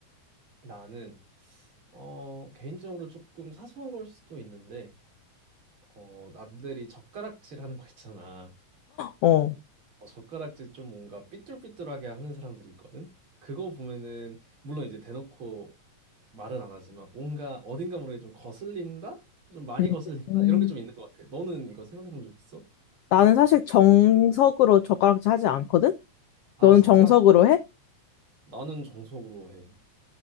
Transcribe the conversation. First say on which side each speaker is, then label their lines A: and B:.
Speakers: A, on the right; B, on the left.
A: 나는 어, 개인적으로 조금 사소한 걸 수도 있는데 어, 남들이 젓가락질 하는 거 있잖아.
B: 어.
A: 어, 젓가락질 좀 뭔가 삐뚤삐뚤하게 하는 사람들이 있거든. 그거 보면은 물론 이제 대놓고 말은 안 하지만 뭔가 어딘가 모르게 좀 거슬린다? 좀 많이
B: 음.
A: 거슬린다?
B: 음.
A: 이런 게 좀 있는 것 같아. 너는 이거 생각해 본 적 있어?
B: 나는 사실 정석으로 젓가락질 하지 않거든?
A: 아,
B: 너는
A: 진짜?
B: 정석으로 해?
A: 나는 정석으로 해.